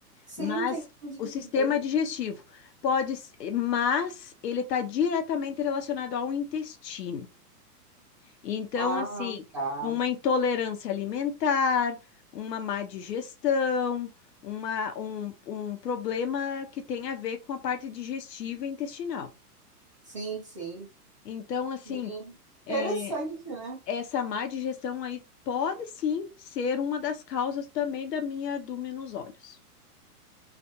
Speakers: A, on the right; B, on the left.
A: Sim,
B: Mas
A: entendi,
B: o
A: entendi.
B: sistema digestivo pode, s- mas ele está diretamente relacionado ao intestino. Então,
A: Ah,
B: assim,
A: tá.
B: uma intolerância alimentar, uma má digestão, uma, um, um problema que tem a ver com a parte digestiva e intestinal.
A: Sim, sim.
B: Então, assim,
A: Sim. Interessante,
B: é,
A: né?
B: essa má digestão aí pode sim ser uma das causas também da minha ardúmina nos olhos,